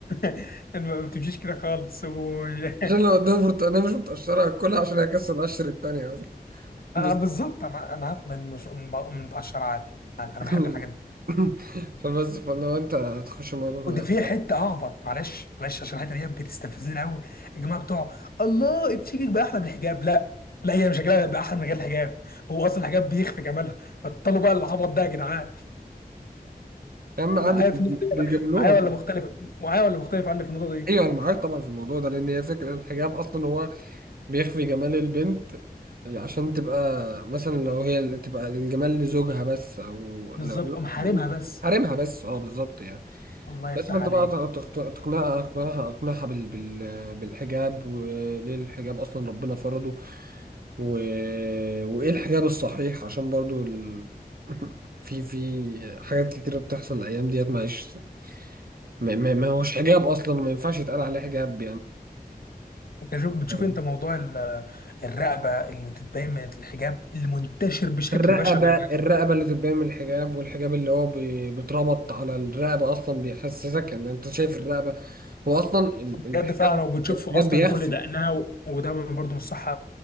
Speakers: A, on the left; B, on the right.
A: <laughs> ما بتمشيش كده خالص و...
B: عشان
A: <laughs>
B: لو قدامك برتقانه مش متقشره هاكلها عشان هكسر القشر التانية اصلا بس
A: آه بالظبط انا انا هاخد المش... من من متقشر عادي انا أنا
B: <laughs>
A: بحب الحاجات دي
B: فبس فلو انت هتخش الموضوع
A: وده في حته ههبط معلش معلش عشان الحته دي بتستفزني قوي يا جماعه بتوع الله التشيكك بقى احلى من الحجاب لا لا هي شكلها بقى احلى من غير الحجاب هو اصلا الحجاب بيخفي جمالها بطلوا بقى العبط ده يا جدعان
B: يا عم عادي
A: معايا
B: بي-
A: في النقطة دي
B: بيجاملوها
A: ولا معايا ولا مختلف معايا ولا مختلف عني في النقطه دي
B: ايوه انا معاك طبعا في الموضوع ده لان هي فكره الحجاب اصلا هو بيخفي جمال البنت عشان تبقى مثلا لو هي اللي تبقى الجمال لزوجها بس او لو
A: بالظبط
B: لو
A: قوم حارمها بس
B: حارمها بس اه بالظبط يعني
A: الله يفتح
B: بس فانت
A: عليك
B: بقى تق- تق- تقنعها اقنعها اقنعها بال بال بالحجاب وليه الحجاب اصلا ربنا فرضه و... وايه الحجاب الصحيح عشان برضو ال... <laughs> في في حاجات كتيرة بتحصل الايام ديت معيش ما, ما ما هوش حجاب اصلا ما ينفعش يتقال عليه حجاب
A: انت شوف بتشوف
B: يعني
A: انت موضوع ال- الرقبه اللي بتتبين من الحجاب اللي منتشر بشكل
B: الرقبة
A: بشع بين
B: الرقبة اللي تبان من الحجاب والحجاب اللي هو بي- بيتربط على الرقبة أصلا بيحسسك إن أنت شايف الرقبة هو أصلا ال-
A: الحجاب
B: الحجاب
A: ده فعلا وبتشوفه
B: الحجاب
A: اصلا
B: بيخفي
A: كل دقنها و- وده برضه مش صح